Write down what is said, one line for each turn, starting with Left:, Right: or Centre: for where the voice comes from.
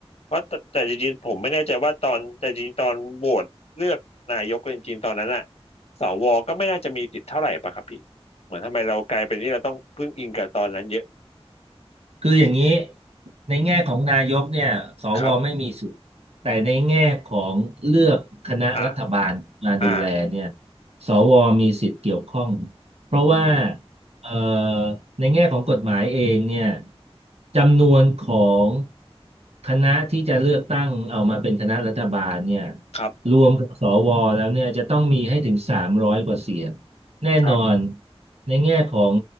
Left: ว่าแต่แต่จริงๆผมไม่แน่ใจว่าตอนแต่จริงๆตอนโหวตเลือกนายกจริงๆตอนนั้นอะสวก็ไม่น่าจะมีสิทธิ์เท่าไหร่ปะครับพี่เหมือนทำไมเรากลายเป็นที่เราต้องพึ่งอิงกับตอนนั้นเยอะ
Right: คืออย่างนี้ในแง่ของนายกเนี่ยสวไม่มีสิทธิ์แต่ในแง่ของเลือกคณะรัฐบาลมาดูแลเนี่ย
Left: ครับอ่าอ่า
Right: สวมีสิทธิ์เกี่ยวข้องเพราะว่า
Left: อืม
Right: เอ่อในแง่ของกฎหมายเองเนี่ยจำนวนของคณะที่จะเลือกตั้งเอามาเป็นคณะรัฐบาลเนี่ย
Left: ครับ
Right: รวมกับสวแล้วเนี่ยจะต้องมีให้ถึงสามร้อยกว่าเสียงแน่นอน
Left: ครับ
Right: ในแง่ของ